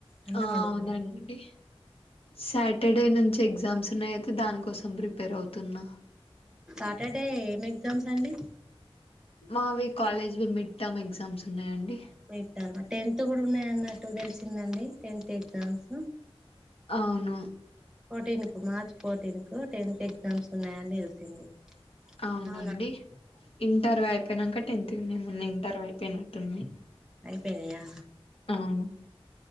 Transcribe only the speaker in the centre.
అన్నం
వండుతున్నా
సాటర్డే ఏం ఎగ్జామ్స్ అండి.
మీ ట్టారు మా టెన్త్ కూడా ఉన్నాయి. అన్నట్టు తెలిసిందండి. Tenth exams.
ఫోర్టీన్ కు మార్చ్ ఫోర్టీన్ కు టెన్త్ ఎగ్జామ్స్ ఉన్నాయని తెలిసింది.
అవునా
అయిపోయినయా.